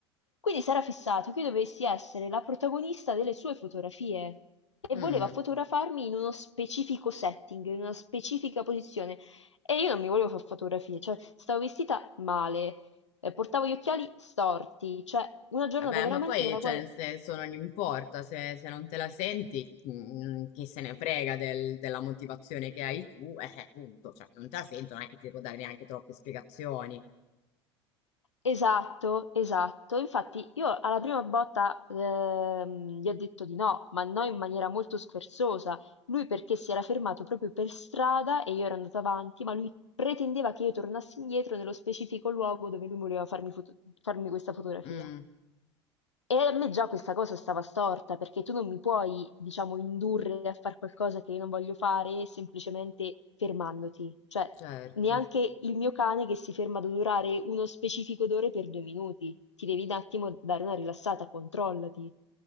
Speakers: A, on the left (about 85°); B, on the left (about 50°).
A: Quindi si era fissato che io dovessi essere la protagonista delle sue fotografie e
B: mm.
A: voleva fotografarmi in uno specifico setting, in una specifica posizione. E io non mi volevo fare fotografie, cioè stavo vestita male, eh, portavo gli occhiali storti, cioè una giornata
B: Vabbè,
A: veramente
B: ma poi,
A: nella
B: cioè,
A: quale
B: nel senso, non importa se, se non te la senti, mm, chi se ne frega del- della motivazione che hai tu, eh, eh, punto. Cioè, non te la sento, non è che ti devo dare neanche troppe spiegazioni.
A: Esatto, esatto. Infatti io alla prima botta ehm, gli ho detto di no, ma no in maniera molto scherzosa. Lui perché si era fermato proprio per strada e io ero andata avanti, ma lui pretendeva che io tornassi indietro nello specifico luogo dove lui voleva farmi foto- farmi questa fotografia.
B: Mm,
A: E a me già questa cosa stava storta, perché tu non mi puoi, diciamo, indurre a fare qualcosa che io non voglio fare semplicemente fermandoti. Cioè,
B: certo,
A: neanche il mio cane che si ferma ad odorare uno specifico odore per due minuti. Ti devi un attimo dare una rilassata, controllati.